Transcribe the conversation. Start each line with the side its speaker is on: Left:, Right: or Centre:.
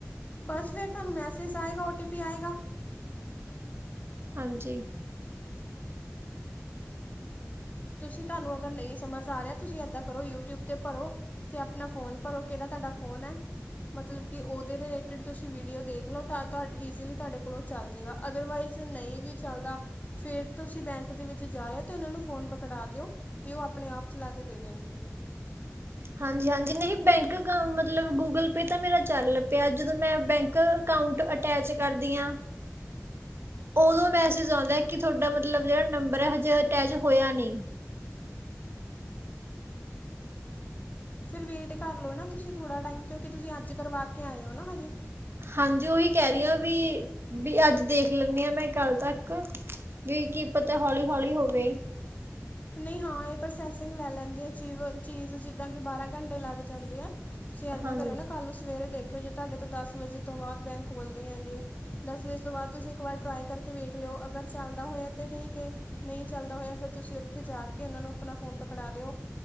Left: ਬਸ ਫਿਰ ਤੁਹਾਨੂੰ ਮੈਸੇਜ ਆਏਗਾ ਓਟੀ ਪੀ ਆਏਗਾ
Right: ਹਾਂਜੀ
Left: ਤੁਸੀਂ ਤੁਹਾਨੂੰ ਅਗਰ ਨਹੀਂ ਸਮਝ ਆ ਰਿਹਾ ਤੁਸੀਂ ਏਦਾਂ ਕਰੋ ਯੂਟਿਊਬ ਤੇ ਭਰੋ ਤੇ ਆਪਣਾ ਫੋਨ ਭਰੋ ਕਿੜਾ ਤੁਹਾਡਾ ਫੋਨ ਹੈ ਮਤਲਬ ਕਿ ਉਹਦੇ ਰਿਲੇਟਿਡ ਤੁਸੀਂ ਵੀਡੀਓ ਦੇਖ ਲਓ ਤਾਂ ਤੁਹਾ ਇਜ਼ੀਲੀ ਤੁਹਾਡੇ ਕੋਲੋਂ ਚੱਲ ਜੇਗਾ ਅਦਰਵਾਈਜ਼ ਨਹੀਂ ਵੀ ਚੱਲਦਾ ਫਿਰ ਤੁਸੀਂ ਬੈਂਕ ਦੇ ਵਿੱਚ ਜਾਇਓ ਤੇ ਉਹਨਾਂ ਨੂੰ ਫੋਨ ਕਟਾ ਦਿਓ ਅਤੇ ਉਹ ਆਪਣੇ ਆਪ ਚਲਾ ਕੇ ਦੇ ਦੇਣਗੇ
Right: ਹਾਂਜੀ ਹਾਂਜੀ ਨਹੀਂ ਬੈਂਕ ਅਕਾਊ ਮਤਲਬ ਗੂਗਲ ਪੇ ਤ ਮੇਰਾ ਚਲ ਪਿਆ ਜਦੋ ਮੈਂ ਬੈਂਕ ਅਕਾਊਂਂਟ ਅਟੈਚ ਕਰਦੀ ਆ ਓਦੋ ਮੈਸਜ ਆਂਦਾ ਕੀ ਤੁਹਾਡਾ ਮਤਲਬ ਜੇੜਾ ਨੰਬਰ ਐ ਹਜੇ ਅਟੀਚ ਹੋਯਾ ਨੀ
Left: ਫਿਰ ਵੇਟ ਕਰ ਲਓ ਨਾ ਤੁਸੀਂ ਥੋੜਾ ਟਾਈਮ ਕਿਉਂਕਿ ਤੁਸੀਂ ਅੱਜ ਕਰਵਾ ਕੇ ਆਏ ਹੋ ਨਾ ਹਜੇ
Right: ਹਾਂਜੀ ਉਹੀ ਕਹਿ ਰਹੀ ਹਾਂ ਵੀ ਵੀ ਅੱਜ ਦੇਖ ਲੈਂਦੀ ਹਾਂ ਮੈਂ ਕੱਲ ਤੱਕ ਵੀ ਕੀ ਪਤਾ ਹੌਲੀ ਹੌਲੀ ਹੋਵੇ
Left: ਨਹੀਂ ਹਾਂ ਇਹ ਪ੍ਰੋਸੈਸਿੰਗ ਲੈ ਲੈਂਦੀ ਆ ਚੀਵ ਚੀਜ਼ ਜਿੱਦਾਂ ਕਿ ਬਾਰਾਂ ਕੰਡੇ ਲੱਗ ਜਾਂਦੇ ਆ ਤੁਸੀਂ ਏਦਾਂ
Right: ਹਾਂ
Left: ਕਰੋ ਨਾ ਕੱਲ੍ਹ ਸਵੇਰੇ ਦੇਖ ਦੇਖਿਓ ਜੀ ਤੁਹਾਡੇ ਤੋਂ ਦਸ ਵਜੇ ਤੋਂ ਬਾਅਦ ਬੈਂਕ ਖੋਲਦੇ ਹੈਗੇ ਦਸ ਵਜੇ ਤੋਂ ਬਾਅਦ ਤੁਸੀਂ ਇੱਕ ਵਾਰ ਟਰਾਈ ਕਰਕੇ ਵੇਖ ਲਿਓ ਅਗਰ ਚੱਲਦਾ ਹੋਇਆ ਤਾਂ ਠੀਕ ਹੈਏ ਨਹੀਂ ਚੱਲਦਾ ਹੋਇਆ ਫਿਰ ਤੁਸੀਂ ਉੱਥੇ ਜਾ ਕੇ ਉਹਨਾਂ ਨੂੰ ਆਪਣਾ ਫੋਨ ਪਕੜਾ ਦਿਓ